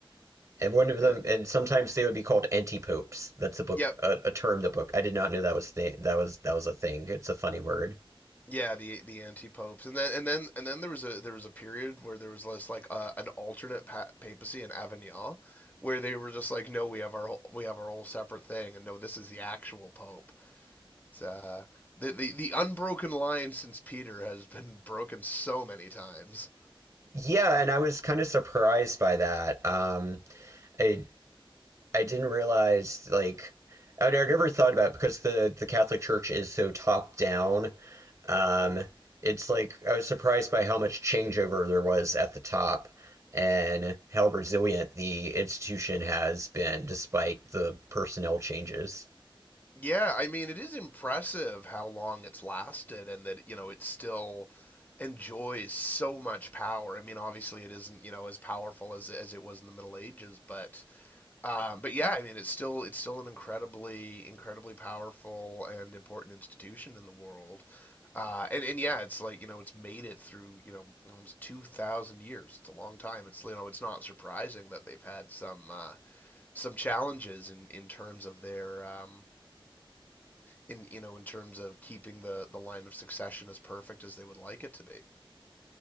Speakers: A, on the right; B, on the left.
A: and one of them,
B: Eh,
A: and sometimes they would be called anti-popes. That's a book,
B: yep.
A: a, a term. The book I did not know that was th- that was that was a thing. It's a funny word.
B: Yeah, the the anti popes, and then and then and then there was a there was a period where there was less like uh, an alternate pa papacy in Avignon, where they were just like, no, we have our whole, we have our whole separate thing, and no, this is the actual pope. It's uh, the the the unbroken line since Peter has been broken so many times.
A: Yeah, and I was kind of surprised by that. Um, I I didn't realize like and I never thought about it because the the Catholic Church is so top down. Um, it's like I was surprised by how much changeover there was at the top and how resilient the institution has been despite the personnel changes.
B: Yeah, I mean, it is impressive how long it's lasted and that, you know, it still enjoys so much power. I mean, obviously it isn't, you know, as powerful as as it was in the Middle Ages, but um, but yeah, I mean, it's still it's still an incredibly incredibly powerful and important institution in the world. Uh, and and yeah, it's like, you know, it's made it through, you know, almost 2,000 years. It's a long time. It's, you know, it's not surprising that they've had some uh some challenges in in terms of their um in you know in terms of keeping the the line of succession as perfect as they would like it to be.